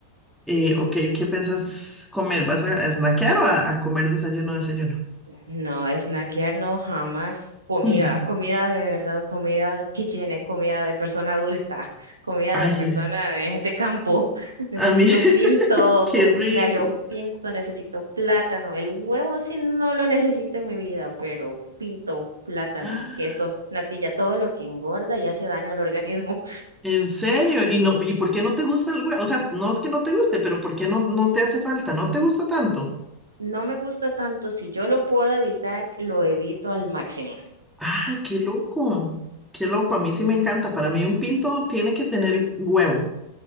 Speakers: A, in the centre; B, on the right.
A: Eh, ¿o qué, qué piensas comer? ¿Vas a, a snackear o a, a comer desayuno, desayuno?
B: no, snackear no, jamás. Comida,
A: <laughs>
B: comida de verdad, comida de- que llene, comida de persona adulta, <laughs> comida
A: Ay,
B: de persona
A: eh,
B: de, de campo. <laughs> Necesito
A: a mí, <laughs>
B: pinto
A: qué
B: con
A: rico.
B: gallo pinto, necesito plátano. El huevo sí no lo necesito en mi vida, pero pinto, plátano,
A: Ah,
B: queso, natilla, todo lo que engorda y hace daño al organismo.
A: ¿En serio? ¿Y no, y por qué no te gusta el huevo? O sea, no es que no te guste, pero ¿por qué no, no te hace falta? ¿No te gusta tanto?
B: No me gusta tanto, si yo lo puedo evitar, lo evito al máximo.
A: Ay, qué loco. Qué loco. A mí sí me encanta. Para mí un pinto tiene que tener huevo.